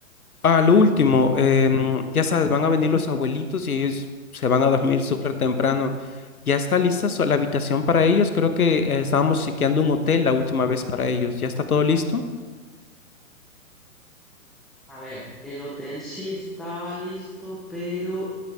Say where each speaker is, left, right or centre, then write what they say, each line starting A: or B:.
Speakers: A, on the left; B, in the centre.
A: A lo último, em, ya sabes, van a venir los abuelitos y ellos se van a dormir súper temprano. ¿Ya está lista so- la habitación para ellos? Creo que eh, estábamos chequeando un hotel la última vez para ellos. ¿Ya está todo listo?
B: A ver, el hotel sí estaba listo, pero